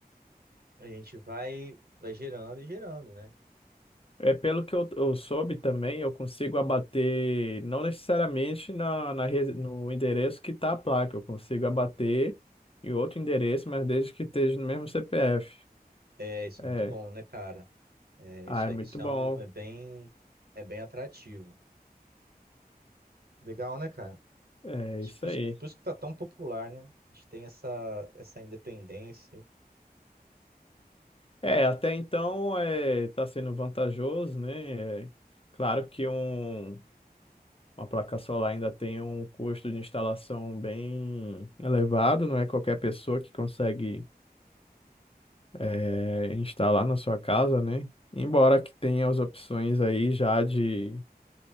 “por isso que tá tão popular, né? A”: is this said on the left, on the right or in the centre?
Right